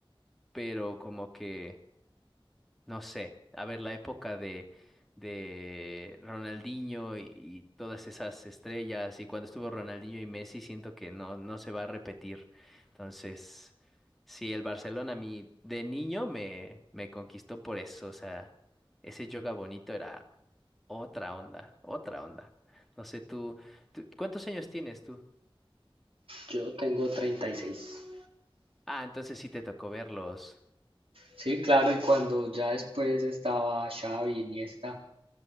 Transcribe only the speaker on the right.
Yo tengo treinta y seis
Sí, claro, y cuando ya después estaba Xavi, Iniesta,